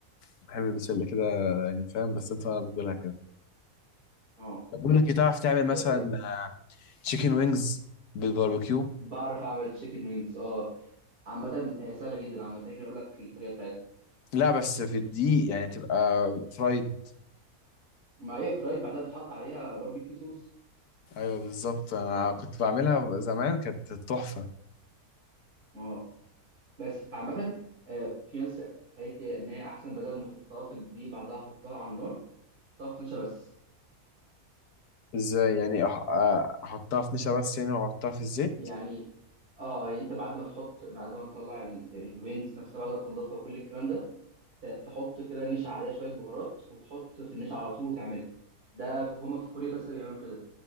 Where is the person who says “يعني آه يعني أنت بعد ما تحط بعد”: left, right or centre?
Right